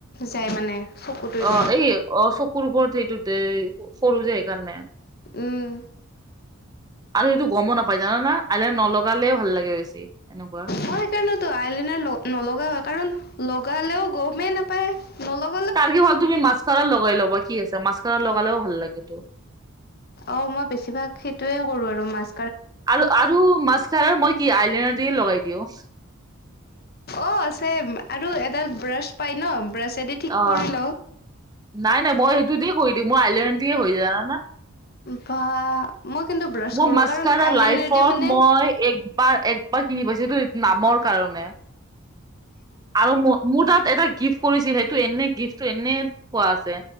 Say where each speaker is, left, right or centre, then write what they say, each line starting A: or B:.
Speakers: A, on the left (about 45°); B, on the right (about 15°).
A: যায় মানে। চকুটোৱেদি।
B: অ', এই এ অ', চকুৰ ওপৰত সেইটোতে সৰু যে সেইকাৰণে।
A: উম।
B: আৰু সেইটো গ'মো নাপাই, জানা না আইলিনাৰ নলগালেয়ে ভাল লাগে বেছি এনেকুৱা।
A: মই সেইকাৰণটো আইলিনা লগ নলগাঁও, কাৰণ লগালেঁও গমেই নাপায়, নল
B: তাতকে ভাল তুমি মাছকাৰা লগাই ল'বা, কি আছে মাছকাৰা লগালেও ভাল লাগেতো।
A: অ', মই বেছিভাগ সেইটোৱে কৰো, আৰু মাছ
B: আৰু, আৰু মাছকাৰাৰ মই কি আইলিনাৰ দিয়ে লগাই দিওঁ।
A: অ', ছেম আৰু এডাল ব্ৰাছ পাই ন ব্ৰাছেদি ঠিক
B: অ
A: কৰি লওঁ।
B: নাই নাই, মই সেইটো দি কৰি দিওঁ, মোৰ আইলিনা দিয় হৈ যায় জানানা।
A: বা মই কিন্তু ব্ৰাছ
B: মোৰ
A: কৰোঁ
B: মাছকাৰা
A: কাৰণ আইলাইনাৰ
B: লাইফত
A: দি মানে
B: মই একবাৰ এক মই কিনি পাইছো এইটো নামৰ কাৰণে, আৰু মো মোৰ তাত এটা গিফ্ট কৰিছিল, সেইটো এনেই গিফ্টটো এনে থোৱা আছে,